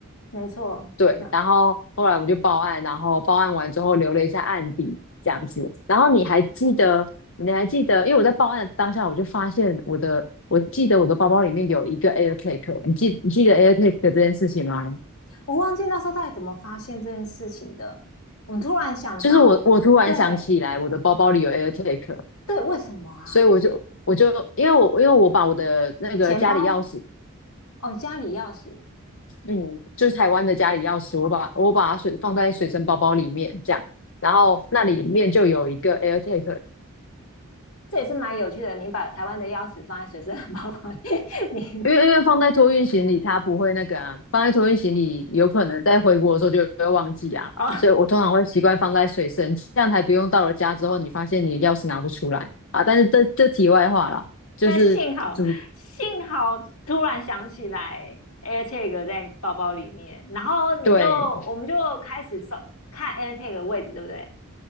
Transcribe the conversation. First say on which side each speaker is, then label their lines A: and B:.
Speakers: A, on the left; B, on the left.
A: 没错。
B: 对，
A: 那
B: 然后后来我们就报案，然后报案完之后留了一下案底这样子，然后你还记得，你还记得，因为我在报案的当下我就发现我的，我记得我的包包里面有一个 AirTag，你记你记得 AirTag 这件事情吗？
A: 我忘记那时候到底怎么发现这件事情的，我突然想到，
B: 就是我我突然想起来，
A: 对
B: 我的包包里有 AirTag，
A: 对，为什么啊？
B: 所以我就我就因为我因为我把我的那个家里钥匙，
A: 钱包哦，家里钥匙，
B: 嗯，就是台湾的家里钥匙，我把我把它水放在水身包包里面这样，然后那里面就有一个 AirTag，
A: 这也是蛮有趣的。你把台湾的钥匙放在随身包包里面
B: 因为因为放在托运行李它不会那个啊，放在托运行李有可能在回国的时候就会忘记啊，
A: 哦，
B: 所以我通常会习惯放在水身，这样才不用到了家之后你发现你的钥匙拿不出来啊。但是这这题外话了，就是主
A: 但幸好幸好突然想起来 AirTag 在包包里面，然后你就我们就开始搜看
B: 对。
A: AirTag 的位置，对不对？